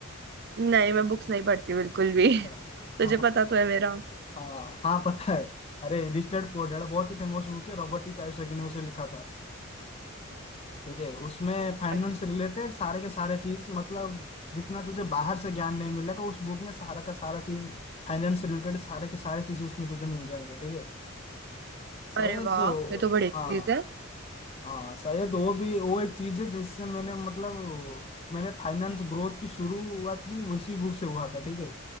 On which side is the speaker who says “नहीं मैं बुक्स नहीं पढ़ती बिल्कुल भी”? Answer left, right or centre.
Right